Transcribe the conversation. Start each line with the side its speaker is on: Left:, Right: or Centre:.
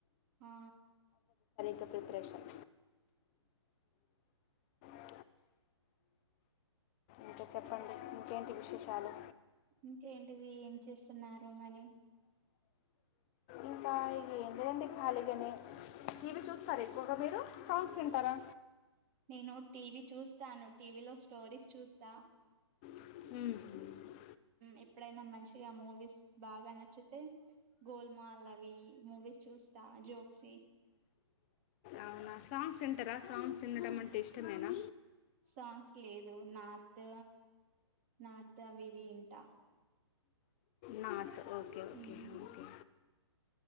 Right: ఆ
Left: అ ప్రిపరేషన్ <inaudible> ఇంకా చెప్పండి ఇంకేంటి విశేషాలు
Right: ఇంకేంటిది ఏం చేస్తున్నారు మేడమ్
Left: ఇంకా ఇ ఏం లేదండి ఖాళీగానే టీవీ చూస్తారు ఎక్కువగా మీరు సాంగ్స్ వింటారా
Right: నేను టీవీ చూస్తాను టీవీలో స్టోరీస్ చూస్తా
Left: ఉమ్
Right: ఎప్పుడైనా మంచిగా మూవీస్ బాగా నచ్చితే గోల్మాల్ అవి మూవీస్ చూస్తా జోక్స
Left: అవునా సాంగ్స్ వింటార సాంగ్స్ వినడం అంటే ఇష్టమేనా
Right: సాంగ్స్ లేదు నాత్ నార్త్ అవి ఇవి వింటా
Left: నాత్ ఓకే ఓకే
Right: మ్మ్
Left: ఓకే